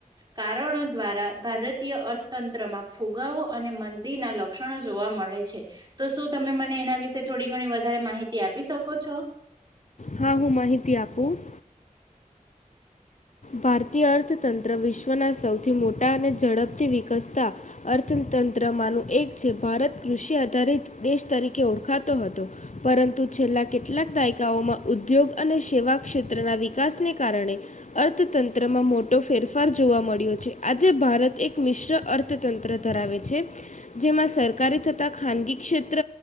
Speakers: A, on the right; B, on the left.
A: કારણો દ્વારા ભારતીય અર્થતંત્રમાં ફુગાવો અને મંદીના લક્ષણો જોવા મળે છે. તો શું તમે મને એના વિશે થોડી ઘણી વધારે માહિતી આપી શકો છો?
B: હા હું માહિતી આપું. ભારતીય અર્થતંત્ર વિશ્વના સૌથી મોટા અને ઝડપથી વિકસતા અર્થતંત્રમાંનું એક છે. ભારત કૃષિ આધારિત દેશ તરીકે ઓળખાતો હતો. પરંતુ, છેલ્લા કેટલાક દાયકાઓમાં ઉદ્યોગ અને સેવા ક્ષેત્રના વિકાસને કારણે અર્થતંત્રમાં મોટો ફેરફાર જોવા મળ્યો છે. આજે ભારત એક મિશ્ર અર્થતંત્ર ધરાવે છે, જેમાં સરકારી થતા ખાનગી ક્ષેત્ર